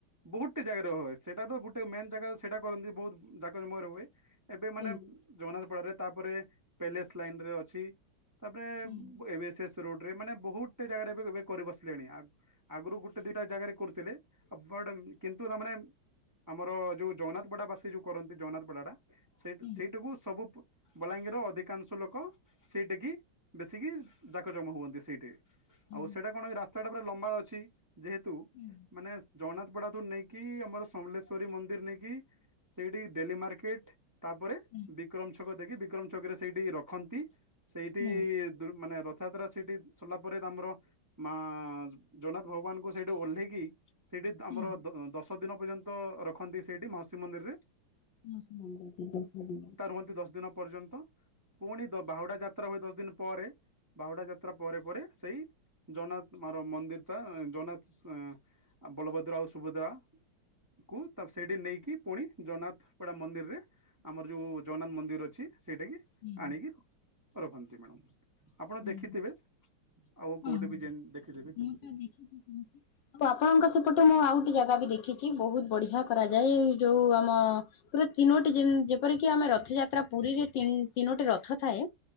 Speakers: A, on the right (about 15°); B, on the left (about 70°).
A: ବହୁତେ ଜାଗାରେ ର ହୁଏ ସେଟା ତ ଗୋଟେ ମେନ୍ ଜାଗା ସେଇଟା କରନ୍ତି ବହୁତ ଜାକ ଜମୟରେ ହୁଏ। ଏବେ ମାନେ
B: ହୁଁ
A: ଜଗନ୍ନାଥପଡାରେ ତାପରେ ପ୍ୟାଲେସ ଲାଇନ ରେ ଅଛି। ତାପରେ
B: ହୁଁ
A: ଏବେ ସେ ରୋଡରେ ମାନେ ବହୁତ ଜାଗାରେ ବି ଏବେ କରି ବସିଲେଣି ଆ ଆଗରୁ ଗୋଟେ ଦିଟା ଜାଗାରେ କରୁଥିଲେ ବଟ କିନ୍ତୁ ତାମାନେ ଆମର ଯୋଉ ଜଗନ୍ନାଥପଡା ବାସୀ ଯୋଉ କରନ୍ତି ଜଗନ୍ନାଥପଡାଟା ସେ
B: ହୁଁ
A: ସେଇଟାକୁ ସବୁ ବଲାଙ୍ଗୀର ଅଧିକ କାଂଶ ଲୋକ ସେଇଠୀ କିି ବେଶୀକି ଯାକ ଜମା ହୁଅନ୍ତି ସେଇଠି।
B: ହୁଁ
A: ଆଉ ସେଇଟା କଣ ରାସ୍ତାଟା ପୁରା ଲମ୍ବା ଅଛି ଯେହେତୁ
B: ହୁଁ।
A: ମାନେ ଜଗନ୍ନାଥ ପଡାଦୁର ନେଇକି ଆମର ସମଲେଶଵରୀ ମନ୍ଦିର ନେଇକି ସେଇଠି ଡେଲି ମାର୍କେଟ ତାପରେ
B: ହୁଁ
A: ବିକ୍ରମ ଛକ ଦେଖି ବିକ୍ରମ ଛକ ରେ ସେଇଠି ରଖନ୍ତି। ସେଇଠି
B: ହୁଁ
A: ଦ ମାନେ ରଥଯାତ୍ରା ସେଇଠି ସରିଲା ପରେ ତ ଆମର ମା ଜଗନ୍ନାଥ ଭଗବାନଙ୍କୁ ସେଇଠୁ ଓହ୍ଲେଇକି ସେଇଠି ଆମର
B: ହୁଁ
A: ଦଶ ଦିନ ପର୍ଯ୍ୟନ୍ତ ରଖନ୍ତି ସେଇଠି ମାଉସୀ ମନ୍ଦିରରେ।
B: <unintelligible>
A: କୁହନ୍ତି ଦଶ ଦିନ ପର୍ଯ୍ୟନ୍ତ ପୁଣି ବାହୁଡା ଯାତ୍ରା ହୁଏ ଦଶ ଦିନ ପରେ। ବାହୁଡା ଯାତ୍ରା ପରେ ପରେ ସେଇ ଜଗନ୍ନାଥ ମର ମନ୍ଦିରଟା ଜଗନ୍ନାଥ ଆଉ ବଳଭଦ୍ରା ଆଉ ସୁଭଦ୍ରା କୁ ତା ସେଇଠି ନେଇକି ପୁଣି ଜଗନ୍ନାଥପଡ଼ା ମନ୍ଦିରରେ ଆମର ଯେଉଁ ଜଗନ୍ନାଥ ମନ୍ଦିର ଅଛି ସେଇଟାକି
B: ହୁଁ
A: ଆଣିକି ରଖନ୍ତି ମ୍ୟାଡ଼ମ୍। ଆପଣ
B: ହୁଁ
A: ଦେଖିଥିବେ ଆଉ
B: ହଁ
A: କୋଉଠି ବି ଦେଖିଥିବେ କେମିତି
B: ମୁଁ ତ ଦେଖିଛି ଆପଣଙ୍କ ସେପଟୁ ମୁଁ ଆଉଠ ଜାଗା ବି ଦେଖିଛି ବହୁତ ବଢିଆ କରାଯାଏ ଯୋଉ ଆମ ପୁରା ତିନୋଟି ଯେନ୍ ଯେ ଯେପରିକି ଆମେ ରଥଯାତ୍ରା ପୁରୀରେ ତିନୋଟି ରଥ ଥାଏ।